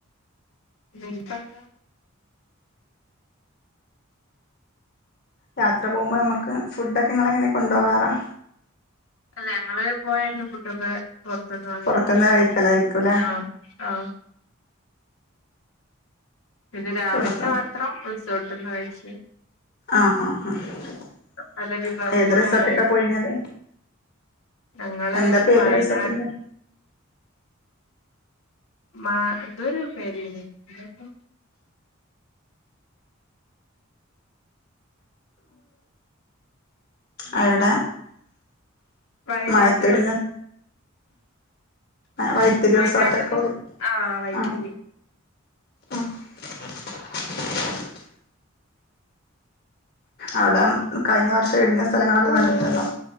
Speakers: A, on the left; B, on the left.
A: ഇനിപ്പെന്താ
B: യാത്ര പോകുമ്പോൾ നമുക്ക് ഫുഡ്‌ ഒക്കെ ഇങ്ങള് എങ്ങനെ കൊണ്ട് പോകാറാ
A: അല്ല ഞങ്ങള് പോയ അന്ന് ഫുഡൊക്കെ പുറത്തുന്ന് വാങ്ങിക്കേർന്ന്
B: പുറത്തുന്ന് കഴിക്കലായിരിക്കുംല്ലേ
A: ആ ആ പിന്നെ രാവിലത്തെ
B: പുറത്തുന്ന്
A: മാത്രം റിസോർട്ട്ന്ന് കഴിച്ച്
B: ആഹ ആഹ ആ
A: പല വിഭവങ്ങളും
B: ഏത് റിസോർട്ട്ക്കാ
A: ഉണ്ടായി
B: പോയിനത്
A: ഞങ്ങള്
B: എന്താ പേര്
A: വയനാട്
B: റിസോട്ടിന്റെ
A: മാ എന്തൊരു പേര് ഏന്ന് എന്തേര്ന്നു
B: അവിടെ
A: വയനാട്ട്
B: മഴത്തിടിന് വൈത്തിരി
A: വയനാട്ട്ന്ന്
B: റിസോർട്ടൊക്കെ പോയി
A: ആഹ് വൈത്തിരി
B: ആ ആഹ <unintelligible> അവിടെ കഴിഞ്ഞ വർഷം ഇടിഞ്ഞ സ്ഥലങ്ങളൊക്കെ കണ്ടിട്ടുണ്ടോ